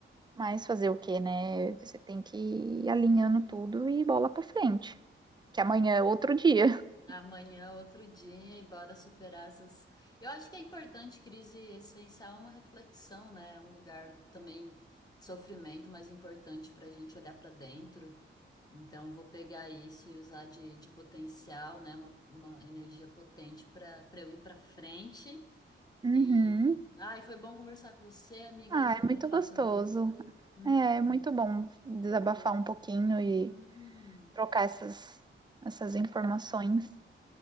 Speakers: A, on the right; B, on the left.
A: mas fazer o quê, né? Você tem que ir alinhando tudo e bola pra frente, que amanhã é outro dia. <laughs>
B: Amanhã, outro dia, e bora superar essas. Eu acho que é importante crise existencial, é uma reflexão, né? É Um lugar também de sofrimento, mas importante para a gente olhar para dentro. Então, eu vou pegar isso e usar de, de potencial, né? Uma, uma energia potente para para eu ir para frente.
A: Uhum.
B: E. Ai, foi bom conversar com você, amiga,
A: Ah,
B: desabafar
A: é muito gostoso.
B: sobre isso. Uhum.
A: É, é muito bom desabafar
B: Eu-
A: um pouquinho e
B: Uhum.
A: trocar essas, essas informações.